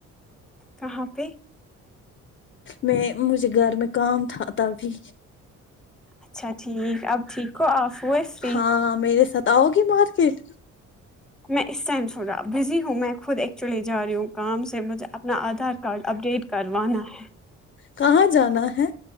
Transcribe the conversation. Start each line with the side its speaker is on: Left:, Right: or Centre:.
Centre: کہاں پہ
Left: میں مجھے گھر میں کام تھا تبھی
Centre: اچھا ٹھیک اب ٹھیک ہو آف ہو فری
Left: ہاں میرے ساتھ آؤ گی مارکیٹ
Centre: میں اس ٹائم سنا بزی ہوں میں خود ایکچولی جا رہی ہوں کام سے سے مجھے اپنا آدھار کارڈ اپ ڈیٹ کروانا ہے
Left: کہاں جانا ہے